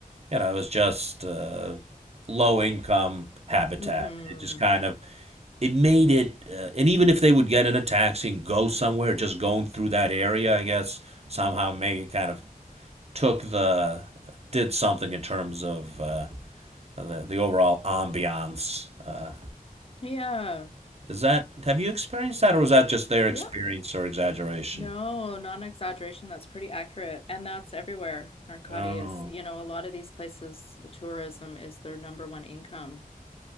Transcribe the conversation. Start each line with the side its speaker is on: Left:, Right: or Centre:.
Right: you know it was just uh, low income habitat.
Left: Mm-hmm.
Right: It just kind of it made it, uh, and even if they would get in a taxi and go somewhere, just going through that area, I guess somehow made it kind of took the did something in terms of uh, the the overall ambiance. Uh,
Left: Yeah.
Right: is that have you experienced that, or was that just their experience
Left: Yeah.
Right: or exaggeration?
Left: No, not an exaggeration. That's pretty accurate. And that's everywhere. Arcadi
Right: Oh,
Left: is, you know, a lot of these places, the tourism is their number one income.